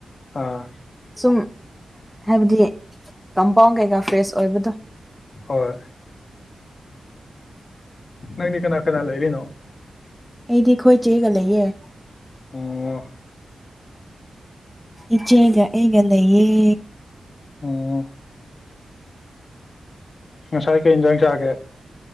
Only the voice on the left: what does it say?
ꯑꯥ
ꯍꯣꯏ ꯅꯪꯗꯤ ꯀꯅꯥ ꯀꯅꯥ ꯂꯩꯔꯤꯅꯣ
ꯑꯣ
ꯑꯣ ꯉꯁꯥꯏ ꯀꯩ ꯏꯟꯖꯥꯡ ꯆꯥꯒꯦ